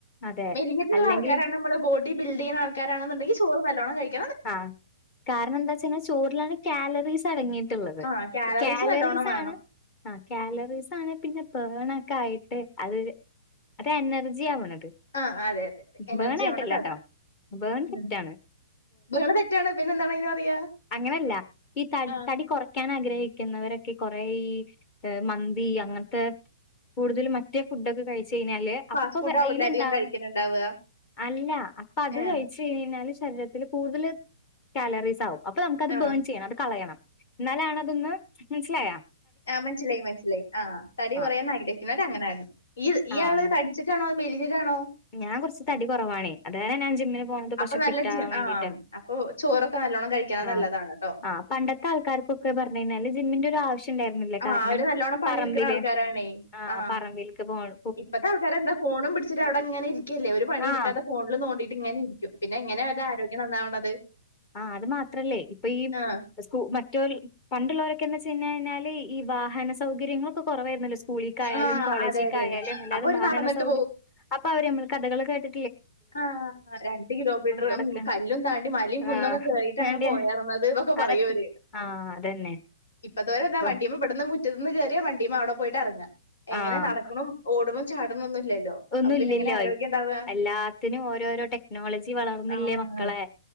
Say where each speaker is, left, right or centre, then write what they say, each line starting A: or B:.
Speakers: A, on the left (about 30°); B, on the left (about 80°).
A: അതെ
B: മെലിഞ്ഞിട്ടുള്ള
A: അല്ലെങ്കിൽ
B: ആൾക്കാരാണ് നമ്മള് ബോഡി ബിൽഡ് ചെയ്യ്ണ ആൾക്കാരാണെന്നുണ്ടെങ്കിൽ ചോറ് നല്ലോണം കഴിക്ക
A: ആ കാരണം എന്താ വച്ച് കഴിഞ്ഞൽ ചോറിലാണ് കാലറീസ് ടങ്ങയിട്ടുള്ളത്
B: ആ
A: കാലറീസ്
B: നല്ലോണം വേണം
A: ആണ് കാലറീസ് ആണ് പിന്നെ ബെൺ ആയിട്ട് അത് അത് എനർജി ആവണം
B: ആ അതെ അതെ അതെ എനർജി
A: ബേൺ ആയിട്ടല്ലട്ടോ
B: ആവണത് അതാ
A: ബേൺ
B: ഉം
A: തെറ്റാണ്.
B: വീണ തെറ്റാണ് പിന്നെ എന്താണ് അയിന് പറയാ
A: അങ്ങനെ അല്ല ഈ
B: ആഹ്
A: തടികുറക്കുന്ന ക്കാൻ ആഗ്രഹിക്കുന്നവരൊക്കെ കുറെ ഈ മന്തി അങ്ങനത്തെ കൂടുതൽ മറ്റേ ഫുടൊക്കെ കഴിച്ച <unintelligible> ച്ച് കഴിഞാല്
B: ഫാസ്റ്റ്
A: അപ്പ
B: ഫുഡ് ആവൂലേ
A: അതില്ൺണ്ടാവ്
B: അധികം കഴിക്കുന്നുണ്ടാവ
A: അല്ല അപ്പ അത്
B: ഏഹ്
A: കഴിച്ച് കഴിഞ്ഞാല് ശരീരത്തിൽ കൂടുതൽ കാലറീസ് ആവും. അപ്പൊ നമുക്കത്
B: ആഹ്
A: ബേൺ ചെയ്യണം അത് കളയണം എന്നാലാണതൊന്ന് മനസ്സിലായ??
B: ആ മനസ്സിലായി മനസിലായി ആ തടി
A: ആ
B: കുറയാന്ന് ആഗ്രഹിക്കുന്നുന്നത് അങ്ങന ആയിരുന്നു ഈ ഈ
A: ആ
B: ആള്
A: അങ്ങ-
B: തടിച്ചിട്ടാണോ അതോ മെലി ആണോ
A: ഞാൻ കുറച്ച് തടി കുറവാണേ അതാല ഞാൻ ജിമ്മിന് പോകണത് കുറച്ച്
B: അപ്പൊ നല്ല
A: ഫിറ്റാവാൻ
B: ജി
A: വേണ്ടിട്ട്.
B: ആഹ് അപ്പൊ ചോറൊക്കെ നല്ലോണ്ണം കഴിക്കണത്
A: ആ
B: നല്ലതാണ് ട്ടോ
A: ആ പണ്ടത്തെ ആൾക്കാർക്കൊക്കെ പറഞ്ഞ് കഴിഞ്ഞാല് ജിമ്മിന്റെ ഒരു ആവശ്യം ഇണ്ടായി <inaudible>
B: ആഹ്
A: കാരണം
B: അവര് നല്ലോണ്ണം പണിയെടുക്കുന്ന
A: പറമ്പില്
B: ആൾക്കാരാണേ
A: ആ
B: ആഹ്
A: പറമ്പിലക്ക് പോണ
B: ഇപ്പത്തെ ആൾക്കാരെന്താഫോണും പിടിച്ചിട്ടവിടെ അങ്ങ് ഇങ്ങനെ ഇരിക്കല്ലേ ഒരു പണിയെടുക്കാത്ത
A: ആഹ്
B: ഫോണിൽ തോണ്ടീട്ട് ഇങ്ങനെ ഇരിക്കും പിന്നെ എങ്ങനെ അവരെ ആരോഗ്യ നന്നാവണത്
A: ആ അത് മാത്രല്ലേ ഇപ്പൊ ഈ
B: ആഹ്
A: സ്കു മറ്റ പണ്ടുള്ളവരൊക്കെന്ന് വച്ച <unintelligible> പിന്നെഞ്ഞാല് ഈ വാഹന സൗകര്യങ്ങളൊക്കെ കുറവായിരുന്നല്ലോ? സ്കൂളിക്കായാലും
B: ആഹ്
A: കോളേജിക്കായാലും
B: അതെ അതെ അതെ
A: അല്ലാതും
B: അപ്പൊ ഒരു
A: വാഹന
B: നടന്നിട്ട്
A: സൗകര്യം <inaudible> മ്മള് കഥകള് കേട്ട്
B: ആ രണ്ട് കിലോമീറ്ററ്
A: നടക്ക
B: കല്ലും താണ്ടി മലയും കുന്നുംക്കെ
A: ആഹ്
B: കേയറിയിട്ടാണ്
A: വേണ്ടിയ
B: പോയാത് ഇതൊക്കെ പറയും
A: അതൊക്കെ
B: അവര്
A: ആഹ് അതന്നെ
B: ഇപ്പതോരെന്താ
A: ഇപ്പൊ
B: വണ്ടി മേ <inaudible> മുറ്റത്തുന്ന് കയറിയാ വണ്ടീമ്മ അവിടെ പോയിട്ട് ഇറങ്ങുക എങ്ങനെ
A: ആഹ്
B: നടക്കണും ഓടണും ചാടണ ഒന്നുംല്ലല്ലേ <inaudible>
A: ഒന്നും
B: അപ്പൊ പിന്നെ
A: ഇല്ലല്ലോ
B: എങ്ങനെ ആരോഗ്യം ഉണ്ടാവുക
A: എല്ലാത്തിനും ഓരോരോ ടെക്നോളജി വളർന്നില്ലേ
B: ആഹ്
A: മക്കളെ.